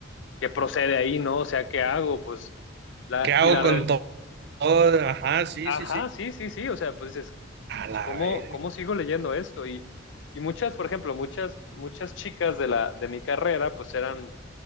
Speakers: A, on the left; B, on the right.
A: qué procede ahí, ¿no? O sea, ¿qué hago? Pues la
B: ¿Qué hago
A: y la
B: con
A: re-
B: to- todo? Ajá, sí,
A: ajá,
B: sí, sí.
A: sí, sí, sí, o sea, pues dices,
B: A
A: pues,
B: la
A: ¿cómo
B: vez,
A: cómo sigo leyendo esto? Y y muchas, por ejemplo, muchas muchas chicas de la de mi carrera pues eran